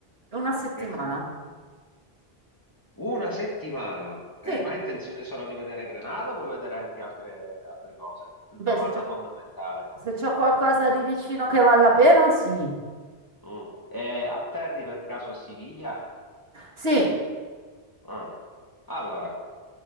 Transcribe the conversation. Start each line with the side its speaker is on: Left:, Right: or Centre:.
Right: Una settimana.
Left: Che fon- Una settimana,
Right: Sì,
Left: Eh, ma hai intenzione solo di vedere Grenada o vuoi vedere anche altre, altre cose? Una
Right: beh,
Left: domanda
Right: se c'è
Left: fondamentale.
Right: se c'è qualcosa di vicino che vale la pena, sì.
Left: Mm. E atterri per caso a Siviglia?
Right: Sì,
Left: Ah. Allora,